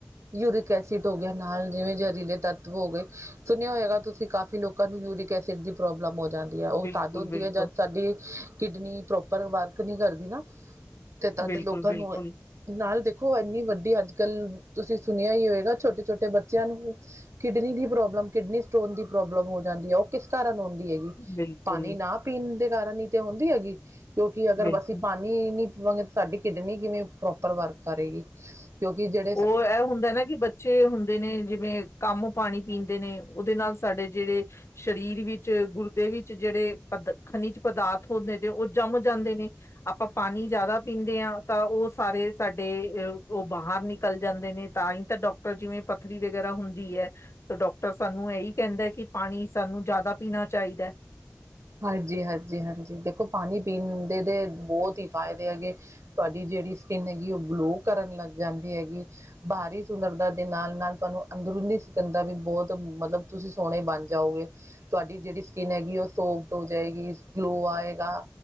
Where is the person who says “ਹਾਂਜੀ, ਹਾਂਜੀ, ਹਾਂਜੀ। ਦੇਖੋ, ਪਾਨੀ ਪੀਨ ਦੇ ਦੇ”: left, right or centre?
Right